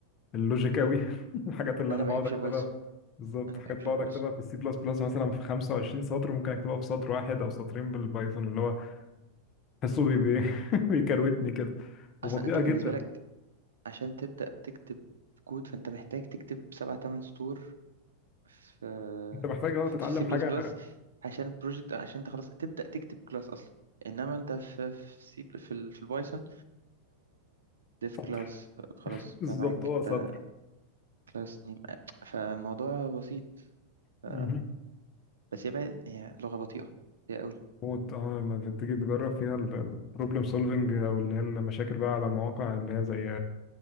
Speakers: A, on the left (about 35°); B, on the right (about 70°).
A: اللوجيك قوي <laughs> الحاجات اللي
B: أنا
A: انا
B: ما
A: بقعد
B: بحبش
A: اكتبها
B: البايثون
A: في- بالظبط
B: أنا
A: حاجات
B: ما بحبش
A: بقعد
B: البايثون
A: اكتبها في السي بلس بلس مثلا في 25 سطر ممكن اكتبها في سطر واحد او سطرين بالبايثون اللي هو بحسه بي... بي... <laughs> بيكروتني كده وبطيئه
B: أصلا أنت بالنسبة
A: جدا
B: لك عشان تبدأ تكتب كود فأنت محتاج تكتب سبع تمن سطور في
A: انت محتاج اه
B: في
A: تتعلم
B: سي
A: حاجه
B: بلس بلس عشان بروجكت عشان انت خلاص تبدأ تكتب كلاس اصلا انما انت في في سي في, ال- في البايثون ديف
A: سطر
B: كلاس خلاص
A: <laughs> بالظبط
B: بقى معاك
A: هو
B: انت
A: سطر
B: كلاس نيم فالموضوع بسيط ف-
A: مهم.
B: بس هي بقى هي لغة بطيئة هي قوي
A: موت اه لما بتيجي تجرب فيها البروبلم سولفنج او اللي هي المشاكل بقى على مواقع اللي هي زي